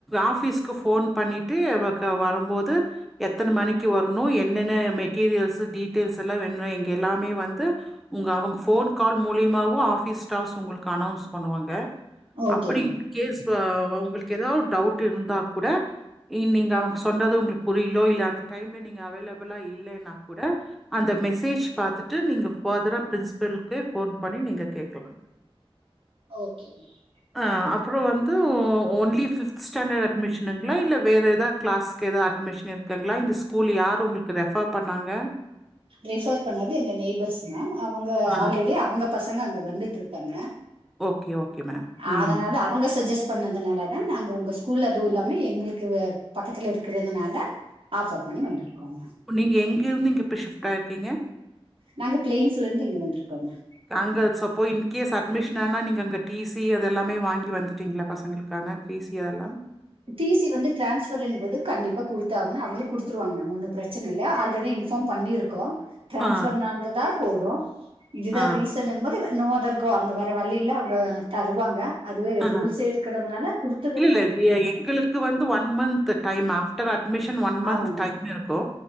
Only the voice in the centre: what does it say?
ஆஃபீஸ்க்கு ஃபோன் பண்ணிட்டு அவ க வரும்போது எத்தன மணிக்கு வர்ணு என்னென்ன மெட்டீரியல்ஸு டீட்டெயில்ஸ் எல்லா வேணு இங்க எல்லாமே வந்து உங்க அவுங்க ஃபோன் கால் மூலியமாவு ஆஃபீஸ் ஸ்டாஃப்ஸ் உங்களுக்கு அனௌன்ஸ் பண்ணுவாங்க
அப்பிடி
இன்கேஸ் வ உங்களுக்கு எதாவ்து டவுட் இருந்தா கூட இ நீங்க அவ்ங்க சொன்றது உங்களுக்கு புரிய்லோ இல்ல அந்த டைம்ல நீங்க அவைலபிளா இல்லேன் னா கூட அந்த மெசேஜ் பாத்துட்டு நீங்க ஃபர்தரா பிரின்ஸ்பலுக்கே ஃபோன் பண்ணி நீங்க கேக்கலாங்க
ஆ அப்றோ வந்து ஒ ஒன் லி ஃபிஃப்த் ஸ்டாண்டர்ட் அட்மிஷனுங்களா இல்ல வேற எதா கிளாஸ்க்கு எதா அட்மிஷன் இருக்குங்ளா இந்த ஸ் கூல் யாரு உங்களுக்கு ரெஃபர் பண்ணாங்க
ஆ
ஓகே ஓகே மேம் ம்
இப்ப நீங்க எங்கிருந்து இங்கெ இப்ப ஷிஃப்ட் ஆயிருக்கீங்க
அங்க சப்போ இன்கேஸ் அட்மிஷன் ஆனா நீங்க அங்க டி சி அதெல்லாமே வாங்கி வந்துட்டீங்ளா பசங்களுக் கான பீஸ் ஏர்லா
ஆ,
ஆ,
ஆ.
இல்ல இல்ல <unintelligible> எங்களுக்கு வந்து one month time after admission one month
டைம் இருக்கு